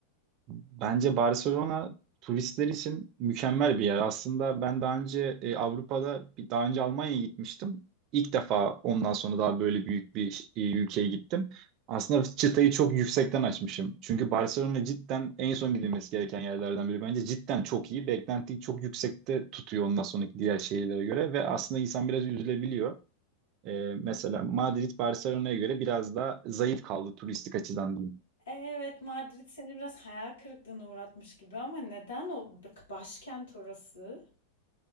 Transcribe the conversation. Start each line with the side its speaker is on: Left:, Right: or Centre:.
Right: Bence Barcelona turistler için mükemmel bir yer. Aslında ben daha önce e, Avrupa'da bir- daha önce Almanya'ya gitmiştim. İlk defa ondan sonra daha böyle büyük bir e, ülkeye gittim. Aslında çıtayı çok yüksekten açmışım. Çünkü Barcelona cidden en son gidilmesi gereken yerlerden biri. Bence cidden çok iyi. Beklentiyi çok yüksekte tutuyor ondan sonraki diğer şehirlere göre ve aslında insan biraz üzülebiliyor. E, mesela Madrid Barcelona'ya göre biraz daha zayıf kaldı turistik açıdan diyeyim.
Left: Evet, Madrid seni biraz hayal kırıklığına uğratmış gibi ama neden o başkent orası?